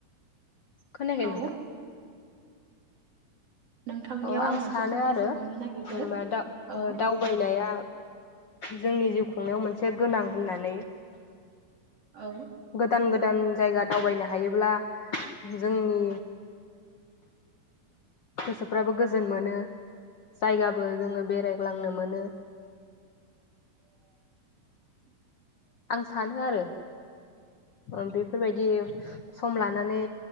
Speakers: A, on the left; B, on the right.
A: खोनायाखै
B: औ
A: नोंथां?
B: नोंथांनियाव
A: औ आं
B: मोनसे
A: सानो
B: सोंथि
A: आरो
B: सोंबावनो नागिरदो
A: जेनबा दा-दावबायनाया
B: औ
A: जोंनि जिउ खुंनायाव मोनसे गोनां होननानै।
B: औ
A: गोदान गोद दान जायगा दावबायनो हायोब्ला जोंनि गोसो फ्राबो गोजोन मोनो जायगाबो जोङो बेरायग्लांनो मोनो।
B: <unintelligible>
A: आं सानो आरो। ओ बेफोरबायदि सम लानानै